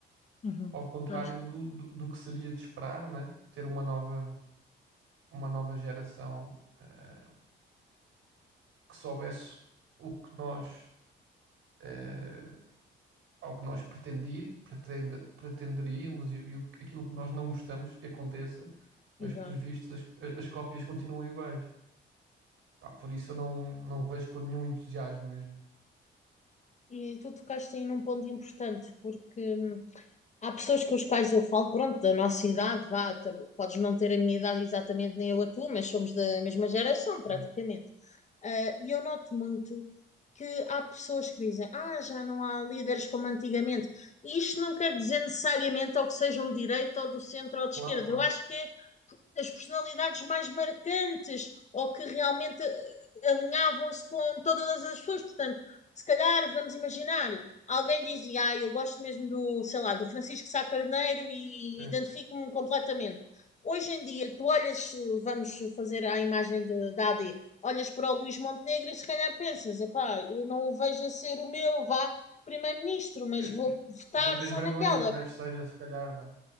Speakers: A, on the left; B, on the right.
A: uhum.
B: Ao contrário
A: Pois,
B: do, do, do que seria de esperar, né? Ter uma nova uma nova geração eh, que soubesse o que nós eh, ao que nós pretendir, pretende, pretenderíamos e, e o aquilo que nós não gostamos que aconteça, mas
A: exato.
B: pelos vistos as, as cópias continuam iguais. Pá, por isso eu não, não vejo com nenhum entusiasmo mesmo.
A: E tu tocaste aí num ponto importante, porque hum, Há pessoas com as quais eu falo, pronto, da nossa idade, vá, tam- podes não ter a minha idade exatamente nem eu a tua, mas somos da mesma geração, praticamente.
B: Sim.
A: Ah, E eu noto muito que há pessoas que dizem, ah, já não há líderes como antigamente. E isto não quer dizer necessariamente ou que sejam de direita ou do centro ou de
B: Claro,
A: esquerda.
B: claro.
A: Eu acho que é as personalidades mais marcantes ou que realmente eh, alinhavam-se com todas as pessoas. Portanto, se calhar, vamos imaginar, alguém dizia, ah, eu gosto mesmo do, sei lá, do Francisco Sá Carneiro e
B: Sim.
A: identifico-me completamente. Hoje em dia, tu olhas, eh, vamos fazer a imagem de- da AD, olhas para o Luís Montenegro e se calhar pensas, epá, eu não o vejo a ser o meu, vá, primeiro-ministro, mas
B: É,
A: vou votar
B: Até tens
A: só
B: vergonha
A: naquela.
B: que o gajo seja, se calhar, né?